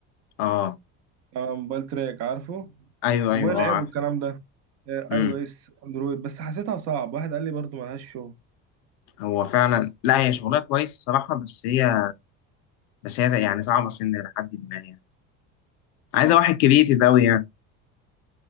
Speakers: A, on the left; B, on the right.
A: اه
B: اه موبايل تراك عارفه
A: ايوه
B: موبايل
A: ايوه اه
B: اب
A: عارف
B: والكلام ده اي
A: امم
B: او اس اندرويد بس حسيتها صعب واحد قال لي برضه ملهاش شغل
A: هو فعلا لا هي شغلها كويس الصراحه بس هي بس هي يعني صعبه سن لحد ما يعني عايزه واحد كريتيف قوي يعني